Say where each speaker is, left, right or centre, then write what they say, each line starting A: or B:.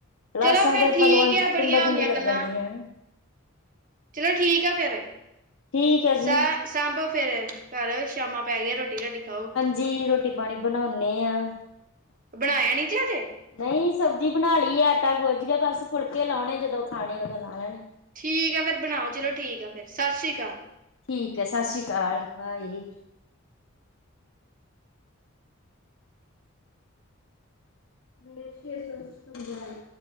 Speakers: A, on the right; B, on the left.
A: ਚਲੋ
B: ਰਾਸਾਂ
A: ਫੇਰ
B: ਤੇ
A: ਠੀਕ
B: ਭਗਵੰਤ,
A: ਆ ਬੜੀਆਂ
B: ਪਿੰਡੋ -ਪਿੰਡੀ
A: ਹੋ ਗਈਆਂ
B: ਲੱਗਣ
A: ਗੱਲਾਂ
B: ਡੀਆਂ।
A: ਚਲੋ ਠੀਕ ਆ ਫਿਰ,
B: ਠੀਕ ਹੈ
A: ਸਾ
B: ਜੀ
A: ਸਾਂਭੋ ਫਿਰ, ਘਰ ਸ਼ਾਮਾਂ ਪੈ ਗਈਆ, ਰੋਟੀ ਰਾਟੀ ਖਾਓ।
B: ਜੀ ਰੋਟੀ-ਪਾਣੀ ਬਣਾਉਣੇ ਆਂ।
A: ਬਣਾਯਾ ਨੀ ਜੇੇ ਹਜੇ?
B: ਨਹੀਂ ਸਬਜ਼ੀ ਬਣਾ ਲਈ ਆ, ਆਟਾ ਗੁਜ ਗਿਆ, ਬਸ ਫੁਲਕੇ ਲਾਉਣੇ, ਜਦੋਂ ਖਾਣੇ, ਉਦੋਂ ਲਾ ਲੈਣੇ‌।
A: ਠੀਕ ਐ, ਫੇਰ ਬਣਾਓ ਚਲੋ ਠੀਕ ਆ ਫਿਰ, ਸਸ਼੍ਰੀ ਅਕਾਲ।
B: ਠੀਕ ਐ, ਸਸ਼੍ਰੀ ਕਾਲ, ਬਾਏ। ਮੇਰੇ ਛੇ ਸੌ ਛਪੰਜਾ ਆਏ